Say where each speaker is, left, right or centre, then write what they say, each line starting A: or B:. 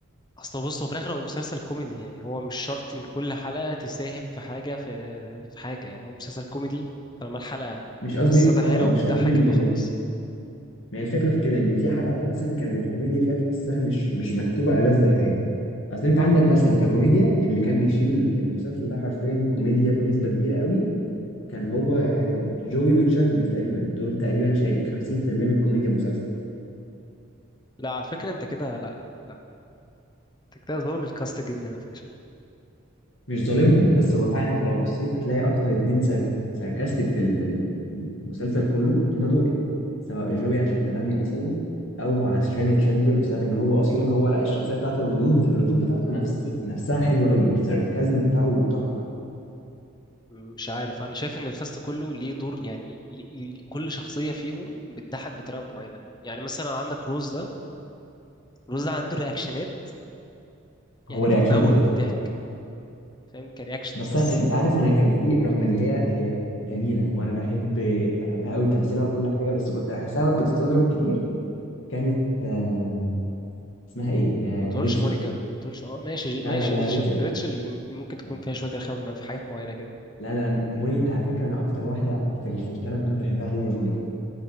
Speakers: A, on the left (about 20°); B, on the left (about 65°).
A: اصل بص هو في الاخر هو مسلسل كوميدي يعني هو مش شرط ان كل حلقه تساهم في حاجه في في حاجه يعني هو مسلسل كوميدي طالما الحلقه
B: مش قصدي
A: قصتها
B: اه
A: حلوه
B: مش
A: وبتضحك
B: قصدي م...
A: يبقى خلاص
B: ما هي الفكرة في كده ان في حلقات مثلا كانت الكوميديا فيها تحسها مش مش مكتوبة ألذ حاجة اصل انت عندك مثلا ككوميديا اللي كان بيشيل المسلسل ده حرفيا كوميديا بنسبة كبيرة قوي كان هو جوي وتشاندلر تقريبا دول تقريبا شايلين 50% من كوميديا المسلسل
A: لا على فكره انت كده لا لا لا انت كده ظالم الكاست جدا على فكره
B: مش ظالمهم بس هو فعلا انت لو بصيت هتلاقي اكتر اتنين سار... ساركاستيك في ال... في ال... في المسلسل كله هم دول سواء جوي عشان غبي مثلا او عشان تشاندلر بسبب ان هو اصلا هو لا الشخصيه بتاعته الردود الردود بتاعته نفس... نفسها حلوه قوي الساركازم بتاعه تحفه
A: مش عارف انا شايف ان الكاست كله ليه دور يعني ليه- ليه- كل شخصيه فيهم بتضحك بطريقه معينه يعني مثلا عندك روز ده روز ده عنده رياكشنات يعني
B: هو رياكشناته
A: بتموت
B: كانت
A: من
B: تحفه
A: الضحك فاهم كرياكشنز
B: بس
A: بس
B: أنا... انت عارف انا كان في رغم ان هي هي جميله وانا بحب بحبها قوي تمثيلها وكل حاجه بس كنت بحسها بتستظرف كتير كانت آه... اسمها ايه آه...
A: ما تقولش
B: ريتشل
A: مونيكا ما تقولش اه ماشي
B: لا
A: ماشي
B: لا لا
A: ريتشل
B: ريتشل
A: ريتشل ممكن تكون
B: آه.
A: فيها شويه رخامه في حاجات معينه كده
B: لا لا موني على فكرة أنا أكتر واحدة في ال- في الثلاث بنات بحبها هي مونيكا